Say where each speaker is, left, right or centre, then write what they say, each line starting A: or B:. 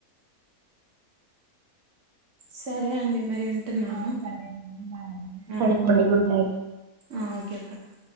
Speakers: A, on the right; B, on the right.
A: సరే అండి మరి తింటున్నాను
B: ఆ సరే అండి బాయ్ అండి
A: హ హ
B: పడుకోండి గుడ్ నైట్
A: ఒ ఓకే పడుకో